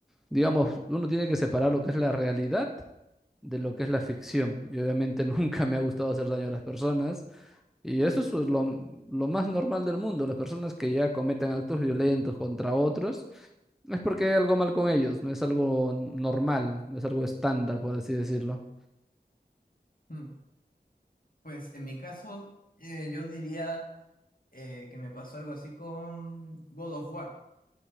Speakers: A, in the centre; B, on the left.
A: digamos, uno tiene que separar lo que es la realidad de lo que es la ficción. Y obviamente <laughs> nunca me ha gustado hacer daño a las personas. Y eso es pues, lo, lo más normal del mundo. Las personas que ya cometen actos violentos contra otros es porque hay algo mal con ellos, no es algo normal, no es algo estándar, por así decirlo.
B: Hmm, Pues en mi caso, eh, yo diría eh, que me pasó algo así con God of War.